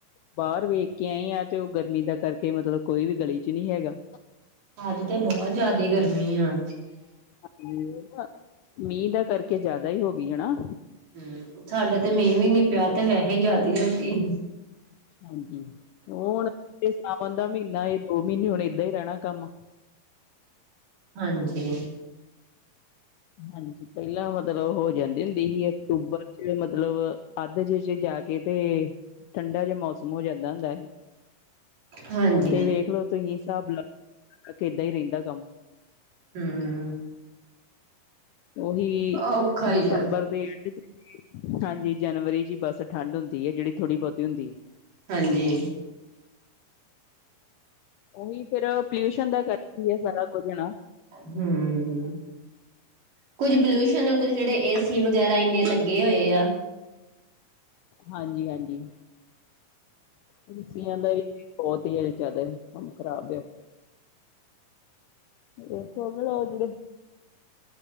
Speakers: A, on the left (about 80°); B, on the right (about 60°).
A: ਬਾਰ ਵੇਖ ਕੇ ਆਈ ਆਂ ਤੇ ਓ ਗਰਮੀ ਦਾ ਕਰਕੇ ਮਤਲਬ ਕੋਈ ਵੀ ਗਲੀ ਚ ਨੀ ਹੈਗਾ।
B: ਅੱਜ ਤੇ ਬੋਹ ਜਾਅਦੇ ਗਰਮੀ ਆ।
A: ਹਾਂਜੀ ਓ ਤਾਂ ਮੀਂਹ ਦਾ ਕਰਕੇ ਜ਼ਾਅਦਾ ਈ ਹੋ ਗੀਆ ਹਨਾ।
B: ਹੂੰ ਸਾਡੇ ਤੇ ਮੀਂਹ ਵੀ ਨੀ ਪਿਆ ਤੇ ਵੇਹੇ ਈ ਜ਼ਾਅਦੇ ਹੋਗੀ।
A: ਹਾਂਜੀ ਓ ਹੁਨ ਏ ਸਾਵਣ ਦਾ ਮੀਨਾ ਏ ਦੋ ਮੀਨੇ ਹੁਨ ਏਦਾਂ ਈ ਰੈਣਾ ਕੰਮ।
B: ਹਾਂਜੀ।
A: ਹਾਂਜੀ ਪੈਲਾਂ ਮਤਲਬ ਓਹ ਹੋ ਜਾਂਦੀ ਹੁੰਦੀ ਸੀ ਅਕਤੂਬਰ ਚ ਮਤਲਬ ਅੱਦ ਜੇ ਚ ਜਾ ਕੇ ਤੇ ਠੰਡਾ ਜਾ ਮੌਸਮ ਹੋ ਜਾਂਦਾ ਹੁੰਦਾ ਸੀ।
B: ਹਾਂਜੀ
A: ਹੁਨ ਤੇ ਵੇਖ ਲੋ ਤੁਸੀਂ ਹਿਸਾਬ ਲਾ ਲੋ ਕਿ ਤੱਕ ਏਦਾਂ ਈ ਰੈਂਦਾ ਕੰਮ
B: ਹੂੰ।
A: ਓਹੀ
B: ਔਖਾ ਹੀ
A: ਦਸੰਬਰ
B: ਆ
A: ਦੇ ਐਂਡ ਚ ਹਾਂਜੀ ਜਨਵਰੀ ਚ ਈ ਬਸ ਠੰਡ ਹੁੰਦੀ ਐ ਜੇੜੀ ਥੋੜੀ-ਬੋਤੀ ਹੁੰਦੀ ਐ।
B: ਹਾਂਜੀ।
A: ਓਹੀ ਫਿਰ ਪੋਲਿਊਸ਼ਨ ਦਾ ਕਰਕੇ ਈ ਐ ਸਾਰਾ ਕੁਝ ਨਾ।
B: ਹੂੰ। ਕੁਝ ਪੋਲਿਊਸ਼ਨ ਕੁਝ ਜੇੜੇ ਏ ਸੀ ਵਗੈਰਾ ਇੰਨੇ ਲੱਗੇ ਹੋਏ ਆ।
A: ਹਾਂਜੀ-ਹਾਂਜੀ। ਏ ਸੀ ਆ ਦਾ ਵੀ ਬੋਤ ਈ ਏ ਜ਼ਾਅਦਾ ਕੰਮ ਖਰਾਬ ਐ। ਏ ਤੋ <unintelligible>